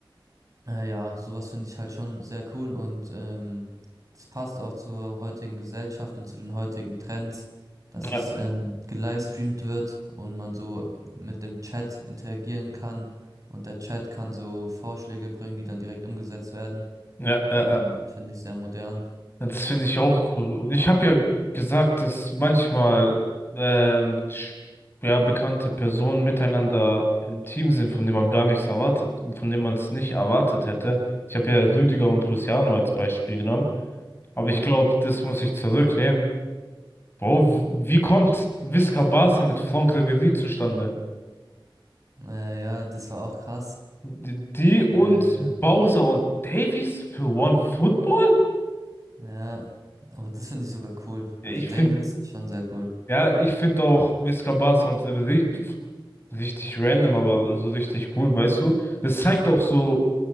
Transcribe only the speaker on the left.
Ja.
Ja. Ja.
Ja.
Ja, Das finde ich auch cool. Und ich habe ja gesagt, dass manchmal ähm, sch- ja, bekannte Personen miteinander im Team sind, von denen man gar nichts erwartet, von denen man es nicht erwartet hätte. Ich habe ja Rüdiger und Luciano als Beispiel genommen. Aber
ich glaube, das muss ich zurücknehmen. Bro, wie kommt Visca Barca mit Franck Ribéry zustande?
Die, die und
Bowser und Davies für One Football?
Ich
finde,
ja, ich finde auch Visca Barca und Ribéry. Richtig random, aber so richtig cool, weißt du? Das zeigt auch so